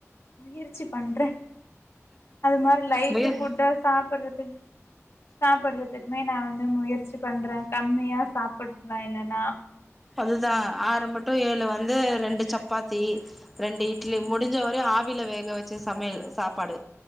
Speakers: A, on the left; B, in the centre.
A: முயற்சி பண்றே அது மாரி லைட்
B: முய
A: ஃபுட்டா சாப்பிடுறது சாப்பிடுறதுக்குமே நா வந்து முயற்சி பண்றே கம்மியா சாப்பிடலா இல்லேனா
B: அதுதா ஆறு மட்டு ஏழு வந்து ரெண்டு சப்பாத்தி ரெண்டு இட்லி
A: ம்
B: முடிஞ்ச வரையு ஆவில வேக வச்ச சமையல் சாப்பாடு